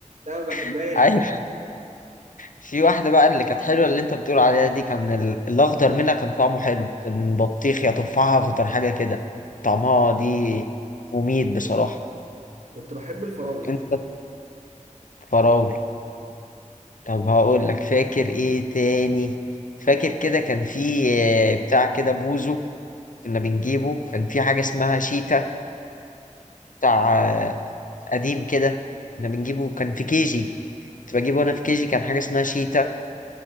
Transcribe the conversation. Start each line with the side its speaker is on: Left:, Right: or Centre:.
Right: لا ما بحبهاش
Left: <laughs>
Right: دي
Left: في واحدة بقى اللي كانت حلوة اللي انت بتقول عليها دي كان ال- الأخضر منها كان طعمه حلو كان بطيخ يا تفاحة أخضر حاجة كده طعمها دي مميت بصراحة
Right: كنت بحب الفراولة
Left: انت فراولة طب هقول لك فاكر ايه تاني فاكر كده كان في آه، بتاع كده بوزو كنا بنجيبه كان في حاجة اسمها شيتا بتاع آه، قديم كده كنا بنجيبه كان في كيجي كنت بجيبه انا في كيجي كان حاجة اسمها شيتا